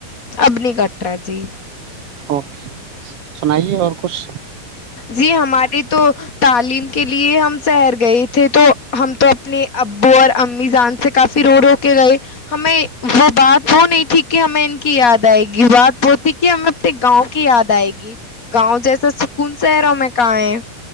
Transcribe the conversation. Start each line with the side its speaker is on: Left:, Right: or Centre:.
Left: اب نہیں کٹ رہا جی
Right: ہے سنائیے اور کچھ
Left: جی ہماری تو تعلیم کے لیے ہم شہر گئے تھے تو ہم تو اپنے ابو اور امی جان سے کافی رو رو کے گئے ہمیں وہ بات وہ نہیں تھی کہ ہمیں ان کی یاد آئے گی بات وہ تھی کہ ہمیں اپنے گاؤں کی یاد آئے گی گاؤں جیسا شہروں میں کہاں ہے